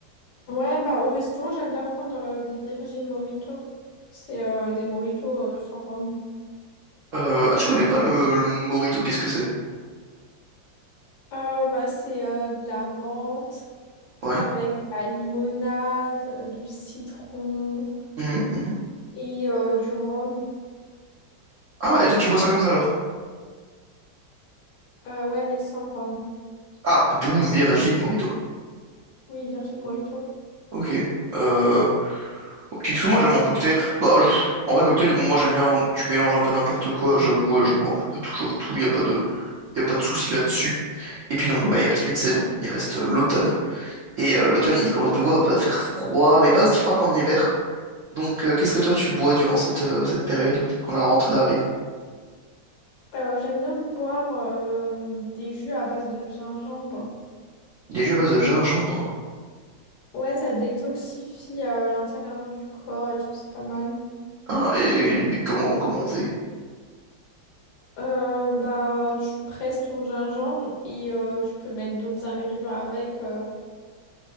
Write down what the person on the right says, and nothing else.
Euh, ah, je connais pas le, le Morito, qu'est-ce que c'est?
Ouais.
Mhm, mhm.
Ah, et toi, tu bois ça comme ça alors?
Ah, d'où Virgin Morito.
Ok. Euh, Kiksou, moi, j'aime mon cocktail. Bah, je- en vrai, cocktail, moi, j'aime bien, tu mélanges un peu n'importe quoi, j'avoue, euh, je bois à peu près toujours tout, y a pas de, y a pas de souci là-dessus. Et puis donc bah, il reste une saison, il reste euh, l'automne. Et euh, l'automne il commence de nouveau un peu à faire froid, mais pas aussi froid qu'en hiver. Donc euh, qu'est-ce que toi tu bois durant cette, euh, cette période, quand la rentrée arrive?
Des jus à base de gingembre.
Ah, et, et- mais comment, comment on fait?